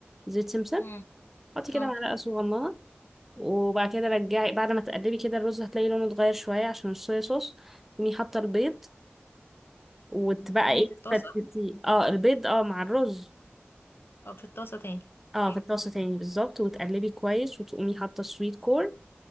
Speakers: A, in the centre; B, on the left.
A: زيت سمسم
B: مم.
A: حطي كده
B: اه
A: معلقة صغننة وبعد كده رجعي بعد ما تقلبي كده الرز هتلاقي لونه اتغير شوية عشان الصويا صوص تقومي حاطة البيض وتبقى
B: تاني
A: ايه
B: في الطاسة
A: تفتتي اه البيض اه مع الرز
B: او في الطاسة تاني
A: اه
B: اوكي
A: في الطاسة تاني بالظبط وتقلبي كويس وتقومي حاطة السويت كورن